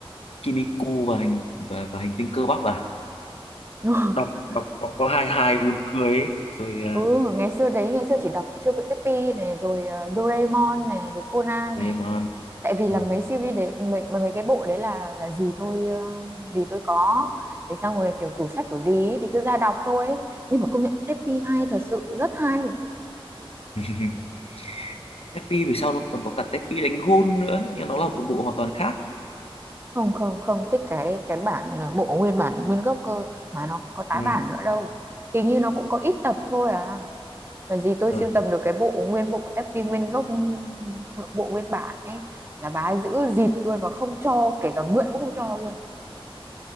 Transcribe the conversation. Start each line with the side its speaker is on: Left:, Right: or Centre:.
Left: Kiniku và hành và, và hành tinh cơ bắp à
Right: <laughs>
Left: đọc đọc có có hai hai buồn cười ấy. rồi
Right: ừ
Left: uh,
Right: ngày xưa đấy ngày xưa chỉ đọc siêu quệ Teppy này rồi ờ, Doraemon này rồi Conan
Left: Doraemon
Right: này tại vì là
Left: ừ.
Right: mấy series đấy mấy, mấy cái bộ đấy là là gì tôi ờ, gì tôi có thế xong rồi kiểu tủ sách của gì ấy, thì cứ ra đọc thôi ấy. nhưng mà công nhận Teppy hay thật sự rất hay
Left: <laughs> Tepi về sau nó còn có cả Tepi đánh gôn nữa nhưng nó là một bộ hoàn toàn khác
Right: không không không thích cái cái bản ờ, bộ nguyên bản nguyên gốc cơ mà nó cũng có tái
Left: ừ.
Right: bản nữa đâu hình như nó cũng có ít tập thôi à là gì tôi
Left: Rồi.
Right: sưu tầm được cái bộ nguyên bộ Teppy nguyên gốc bộ nguyên bản ấy là bà ấy giữ dịt luôn và không cho kể cả mượn cũng không cho luôn